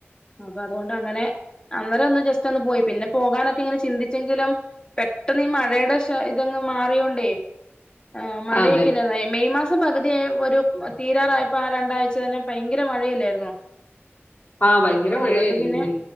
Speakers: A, on the left; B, on the left.
A: അപ്പൊ അതുകൊണ്ട് അങ്ങനെ അന്നേരം ഒന്ന് ജസ്റ്റ് ഒന്ന് പോയി പിന്നെ പോകാന്നൊക്കെ ഇങ്ങനെ ചിന്തിച്ചെങ്കിലും പെട്ടെന്ന് ഈ മഴയുടെ ശേ ഇതങ്ങ് മാറിയോണ്ടേ. ആ മഴയൊക്കെല്ലേ
B: അതെ.
A: മെയ് മാസം പകുതിയ ഒരു തീരാറായപ്പോ ആ രണ്ടാഴ്ച തന്നെ ഭയങ്കര മഴയല്ലായിരുന്നോ?
B: ആഹ് ഭയങ്കര
A: അതുകൊണ്ട്
B: മഴയായിരുന്നു
A: പിന്നെ
B: ഇന്ന്,